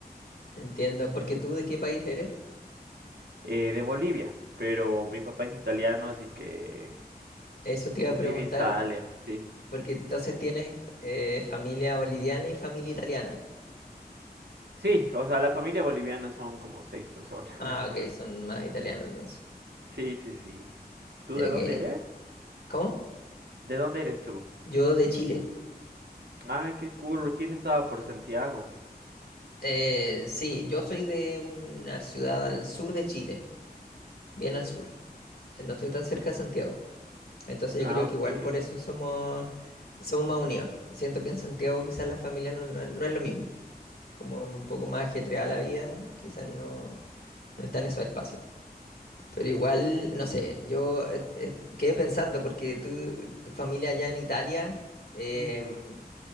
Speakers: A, on the left (about 70°); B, on the right (about 80°).
A: Entiendo. Porque tú de qué país eres?
B: Eh, de Bolivia, pero mi papá es italiano, así que
A: Eso te
B: Bolivia,
A: iba a preguntar,
B: Italia, sí.
A: porque entonces tienes eh, familia boliviana y familia italiana.
B: Sí, o sea, la familia boliviana son como seis personas.
A: Ah,
B: <laughs>
A: ok, son más italianos entonces.
B: Sí, sí, sí. ¿Tú
A: Ok.
B: de dónde eres?
A: ¿Cómo?
B: ¿De dónde eres tú?
A: Yo de Chile.
B: Ay, qué cool, recién estaba por Santiago.
A: Eh, sí, yo soy de una ciudad al sur de Chile, bien al sur. Eh, No estoy tan cerca de Santiago. Entonces yo
B: Ah,
A: creo
B: ok.
A: que igual por eso somos, somos más unidos. Siento que en Santiago quizás la familia no, no, es no es lo mismo. Como un poco más ajetreada la vida, quizás no, no está en esos espacios. Pero igual, no sé, yo eh, eh, quedé pensando porque tú, tu familia allá en Italia, em,
B: Ujú.